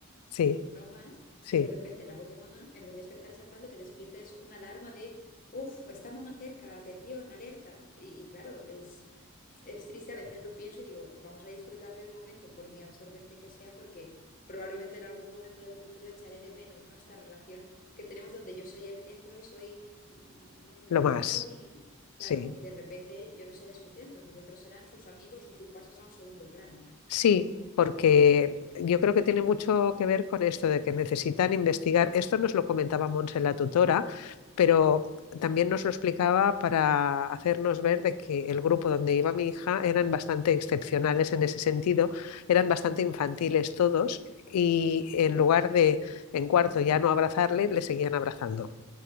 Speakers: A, on the left; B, on the left.
A: sí,
B: no más,
A: sí,
B: que de repente la voz de mamá, en lugar de despertar esa paz, lo que despierta es una alarma de, uff, está mamá cerca, atención, alerta. Y, y claro, es, es triste, a veces lo pienso y digo, vamos a disfrutar del momento, por muy absorbente que sea, porque probablemente en algún momento del futuro echaré de menos, ¿no? Esta relación que tenemos donde yo soy el centro y soy mm, mm, lo
A: lo
B: mejor
A: más,
B: y,
A: sí.
B: claro, y de repente yo no seré su centro, su centro serán sus amigos y tú pasas a un segundo plano.
A: Sí, porque yo creo que tiene mucho que ver con esto de que necesitan investigar. Esto nos lo comentaba Monse la tutora, pero también nos lo explicaba para hacernos ver de que el grupo donde iba mi hija eran bastante excepcionales en ese sentido, eran bastante infantiles todos y en lugar de en cuarto ya no abrazarle, le seguían abrazando